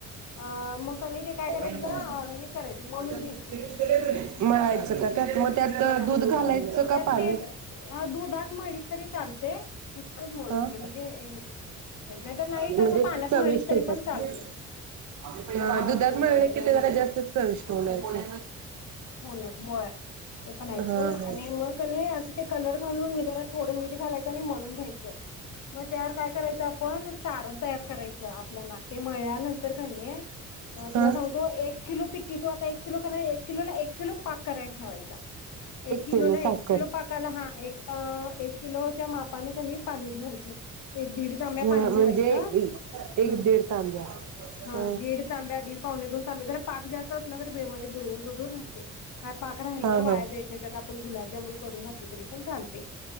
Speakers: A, on the left; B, on the right.
A: अ मग कनी ते काय
B: हा
A: करायचं अ हं हे करायचं मळून
B: मळायचं
A: घ्यायचं.
B: <unintelligible> त्यात मग त्यात
A: हा
B: दूध घालायचं का
A: त्यात
B: पाणी?
A: तेल हा दुधात मळलीस तरी चालते दुधातच मळून
B: हं
A: घे म्हणजे हे नाहीतर नाही
B: म्हणजे
A: तसं पाण्यात
B: चविष्ट
A: मळलीस तरी
B: होत्यात.
A: पण चालते
B: अहं
A: हा
B: दुधात
A: चविष्ट
B: मळले की ते जरा जास्तचं चविष्ट होणार की.
A: हो होय ते पण आहे
B: हा
A: सोड आणि
B: हा.
A: मग कणी असं ते कलर घालून वेगेरा थोडं मीठ घालायच आणि मळून घ्यायचं मग त्यावर काय करायचं आपण सारण तयार करा करायचं आपल्याला ते मळल्यानंतर कणी तुला
B: ह हा
A: सांगतो एक किलो पिठी तू आता किती लोकांना एक? किलो ला एक किलो पाक कराय ठेवायचा एक किलोला
B: किलो
A: एक
B: साखर.
A: किलो पाकाला हा एक ह् एक किलोच्या मापानं कणी पाणी ठेवाय एक दीड तांब्या
B: ह
A: पाणी ठेवायचं
B: म्हणजे
A: हम्म
B: एक दीड तांब्या
A: हा
B: ह
A: दीड तांब्या दीड पावणे दोन तांब्या जर पाक जास्त असला तर म्हणजे बुडवून जर राहतय काय पाक राहिला
B: हा
A: तर वाया
B: हा.
A: जातं नाही त्यात आपण गुलाबजामुन करून घातलं तरी पण चालतयं